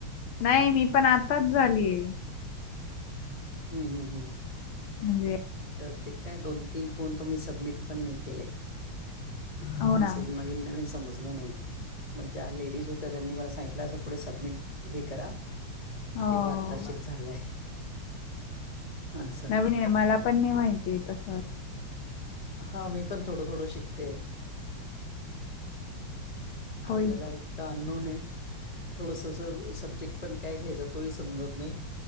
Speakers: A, on the left; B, on the left.
A: नाही मी पण आताच झालीय.
B: हम् हम् हम्म
A: म्हणजे
B: तर ते काय दोन तीन फोन त मी सबमिट पण नाही केले
A: हो ना
B: असच न. न नन समज नाही मग ज्या लेडीज होत त्यांनी मला सांगित. पुढे सबमिट ह करा
A: हो.
B: तेव्हा आताशिक झालंय. असं.
A: नवीन आहे मला पण नाही माहिती आहे तस.
B: हा मी पण थोडं थोडं शिकते.
A: होईल.
B: आपल्याला एक तर अननोन आहे थोडसस सब्जेक्ट पण काय घ्यायचा तोही समजत नाही.